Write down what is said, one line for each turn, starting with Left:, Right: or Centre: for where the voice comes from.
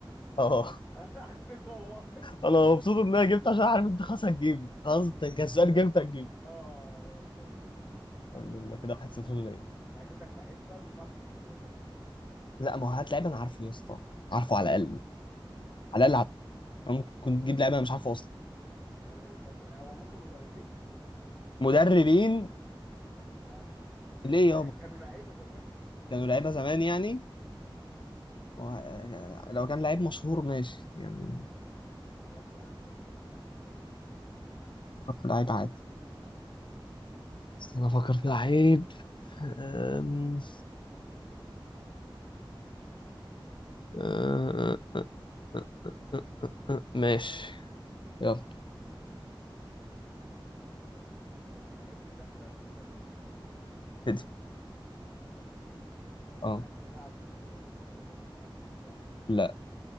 Left: اه
Centre: <laughs> حسيت والله
Left: انا مبسوط ان انا جبت عشان عارف انت خلاص هتجيبه خلاص انت كسبان جبت هتجيبه
Centre: اه يلا بينا حلو
Left: الحمد لله كده 1-0 ليا
Centre: انا هجيب لك لعيب بقى مش هتعرف تجيبه يلا بينا
Left: لا ما هو هات لعيب انا عارفه يا اسطى عارفه على الاقل
Centre: إيه
Left: على الاقل عارفه
Centre: إيه
Left: أنا ممكن كنت تجيب لعيب انا مش عارفه اصلا
Centre: إيه طب هو ممكن مدربين
Left: مدربين
Centre: ولا ما ينفعش
Left: ليه
Centre: كانوا
Left: يابا
Centre: لع- كانوا لعيبه زمان يعني
Left: كانوا لعيبه زمان يعني
Centre: مم.
Left: و... لو كان لعيب مشهور ماشي يعني
Centre: طب خلاص بلاش بلاش عشان ما نعقدهاش خلينا في ال-
Left: فكر في لعيب عادي
Centre: طيب
Left: بس انا افكر في لعيب أم- أه- أه- أه- ماشي
Centre: آه
Left: يلا
Centre: طيب اللعيب بتاع انت هتبتدي ولا انا؟
Left: ابتدي
Centre: انا ابتدي اللعيب بتاعك
Left: اه
Centre: بيلعب في الدوريات الخمسه الكبار
Left: لا